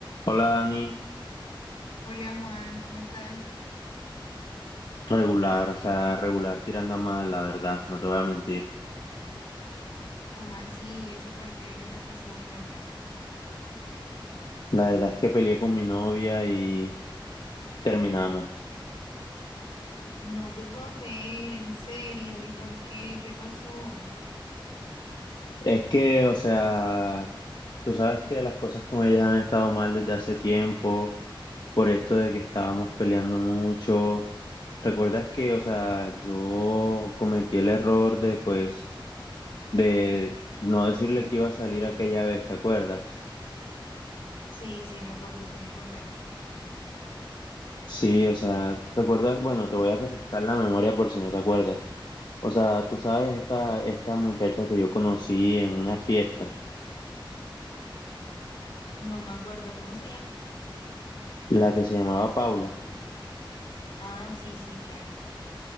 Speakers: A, on the left (about 55°); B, on the left (about 80°).
A: Hola Dani,
B: Hola Juan, ¿cómo estás?
A: regular, o sea, regular tirando a mal, la verdad, no te voy a mentir.
B: ¿Cómo así? ¿Y ¿Eso por qué? ¿Qué te pasó? Cuéntame.
A: La verdad es que peleé con mi novia y terminamos.
B: No te puedo creer, en serio. ¿Y por qué? ¿Qué pasó?
A: Es que, o sea, tú sabes que las cosas con ellas han estado mal desde hace tiempo, por esto de que estábamos peleando mucho. ¿Recuerdas que, o sea, yo cometí el error de, pues, de no decirle que iba a salir aquella vez, ¿te acuerdas?
B: Sí, sí, me acuerdo, tú me contaste.
A: Sí, o sea, ¿recuerdas? Bueno, te voy a refrescar la memoria por si no te acuerdas. O sea, tú sabes esta, esta muchacha que yo conocí en una fiesta,
B: No me acuerdo, ¿cómo se llama?
A: la que se llamaba Paula.
B: Ah, sí, sí, claro.